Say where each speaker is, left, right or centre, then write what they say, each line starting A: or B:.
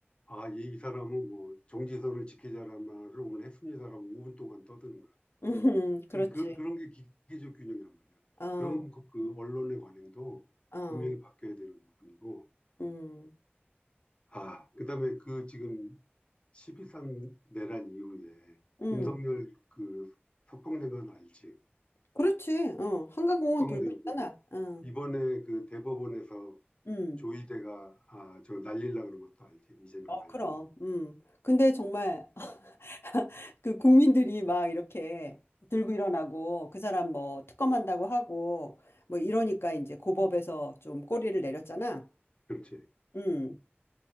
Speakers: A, on the left; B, on the left.
A: 아, 이, 사람은 뭐 정지선을 지키자라는 말을 오늘 했습니다라고 5분 동안 떠드는 거야.
B: 음, <laughs>
A: 그,
B: 그렇지.
A: 그, 그런 게 기계적 균형이란 말이야.
B: 어.
A: 그런 거- 그 언론의 관행도
B: 어,
A: 분명히 바뀌어야 되는 부분이고.
B: 음,
A: 아, 그다음에 그 지금 12.3 내란 이후에
B: 음,
A: 윤석열 그 석방된 건 알지?
B: 그렇지. 어, 한강공원
A: 석방되고
B: 돌고 있잖아. 어,
A: 이번에 그 대법원에서
B: 음,
A: 조희대가 아, 저 날릴라 그런 것도 알지? 이재명
B: 어,
A: 날린다.
B: 그럼, 음. 근데 정말 <laughs> 그 국민들이 막 이렇게 들고 일어나고 그 사람 뭐 특검한다고 하고 뭐 이러니까 이제 고법에서 좀 꼬리를 내렸잖아.
A: 그렇지.
B: 음,